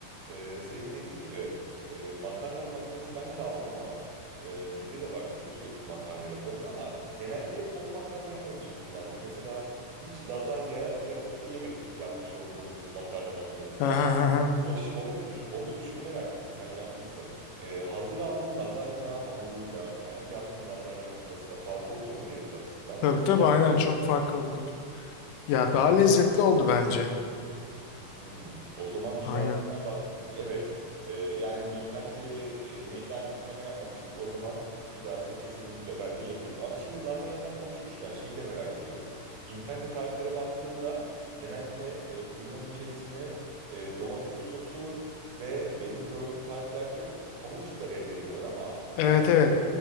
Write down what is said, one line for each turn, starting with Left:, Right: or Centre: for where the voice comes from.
Right: Ee, senin dediğin gibi e, makarna makinesi ben de aldım ama e, bizde de var. Bizde sürekli makarna yaparız ama genellikle hep onu makarna yapmak için kullandık. Mesela hiç lazanya yapıp da yemedik yapmış olduğumuz makarna makinesinden.
Left: Ha, ha, ha, ha.
Right: O, şi- onu, me- onu şunu merak ettim sen yapmışsın. Ee, hazır aldığın lazanya hamuruyla kendi yaptığın lazanya hamuru arasında fark oluyor mu lezzet açısından?
Left: Tabii
Right: Nasıl?
Left: tabii aynen çok farklı oldu. Ya daha lezzetli oldu bence.
Right: Hmm, o zaman bir
Left: Aynen.
Right: daha sana bak evet Ee, yani birkaç kere e, niyetlenmiştik ama yapmamıştık o zaman bir dahasına kesinlikle ben de yapayım. Abi şimdi lazanyadan konuşmuşken şeyi de merak ediyorum. İnternette tariflere baktığımda genellikle e, kıymanın içerisine e, domates sosu ve benim gördüğüm tariflerde havuç da rendeliyorlar ama
Left: Evet
Right: ger
Left: evet.